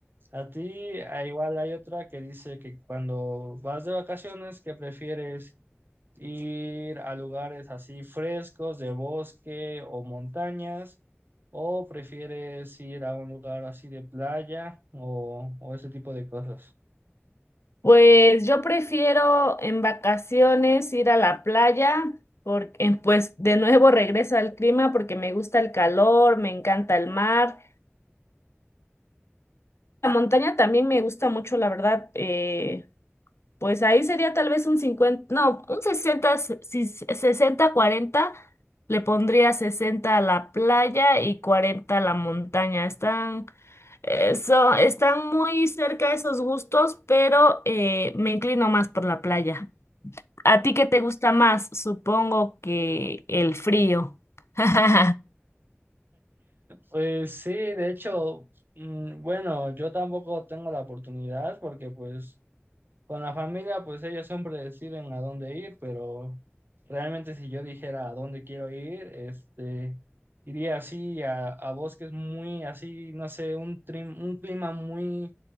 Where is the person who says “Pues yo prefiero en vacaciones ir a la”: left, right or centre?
Left